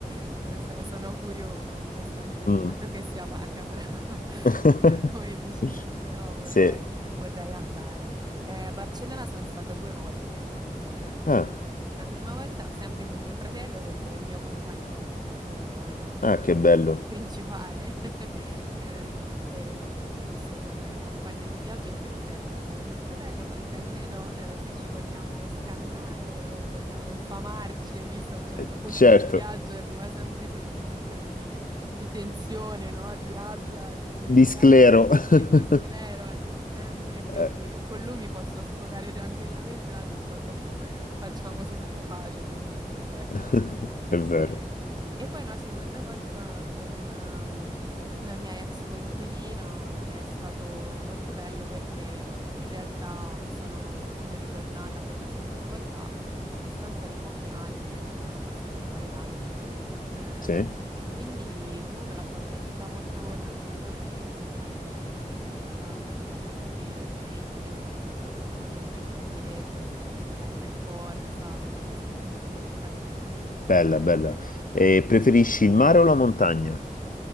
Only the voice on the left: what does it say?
Mm.
<laughs>
Sì.
Ah,
ah, che bello.
Eh,
Certo,
di
sclero. <laughs>
Eh,
<laughs> È vero.
Sì.
Bella, bella. E preferisci il mare o la montagna?